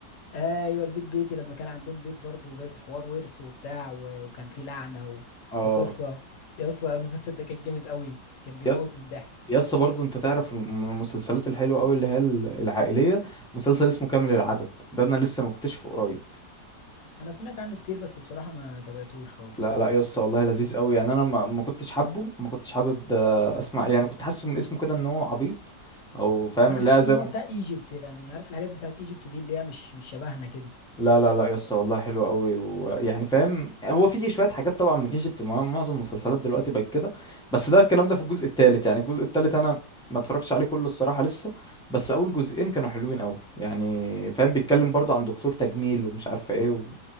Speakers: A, on the left; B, in the centre.
A: ايوه البيت بيتي لما كان عندهم بيت برضه بيت حوار ورث وبتاع و... وكان فيه لعنه و...
B: اه
A: وقصه يا اسطى المسلسل ده كان جامد قوي كان بيموت
B: يا-
A: من الضحك
B: يسطا برضو انت تعرف من المسلسلات الحلوة قوي اللي هي ال- العائلية مسلسل اسمه كامل العدد ده انا لسه مكتشفه قريب
A: انا سمعت عنه كتير بس بصراحه ما تابعتوش خالص
B: لا لا يسطا والله لذيذ قوي يعني انا ما ما كنتش حابه ما كنتش حابب آه، اسمع يعني كنت حاسه من اسمه كده ان هو عبيط او فاهم
A: وانا
B: لا
A: حاسس
B: زي
A: ان هو
B: ما
A: بتاع ايجيبت يعني عارف الحاجات بتاعت ايجيبت دي اللي هي مش مش شبهنا كده
B: لا لا لا يا اسطى والله حلو قوي ويعني فاهم هو في شويه حاجات طبعا من ايجيبت معظم المسلسلات دلوقتي بقت كده بس ده الكلام ده في الجزء الثالث يعني الجزء الثالث انا ما اتفرجتش عليه كله الصراحه لسه بس اول جزئين كانوا حلوين قوي يعني فاهم بيتكلم برضه عن دكتور تجميل ومش عارفه ايه و...